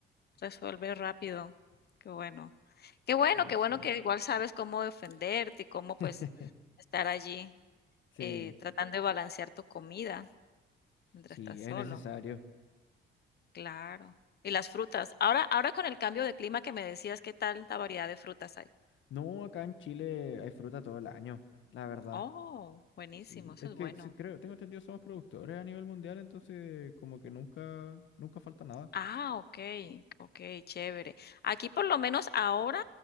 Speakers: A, on the left (about 55°); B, on the left (about 70°).
A: resuelve rápido. Qué bueno. Qué bueno,
B: Pero
A: qué
B: sí.
A: bueno que igual sabes cómo defenderte y cómo, pues,
B: <laughs>
A: estar allí,
B: Sí,
A: eh, tratando de balancear tu comida mientras
B: sí,
A: estás solo.
B: es necesario.
A: Claro. Y las frutas. Ahora ahora con el cambio de clima que me decías, ¿qué tanta variedad de frutas hay?
B: No, acá en Chile hay fruta todo el año, la verdad.
A: Oh, buenísimo,
B: Sí,
A: eso
B: es
A: es
B: que
A: bueno.
B: sí, creo, tengo entendido, somos productores a nivel mundial, entonces como que nunca, nunca falta nada.
A: Ah, okey, okey, chévere. Aquí, por lo menos ahora,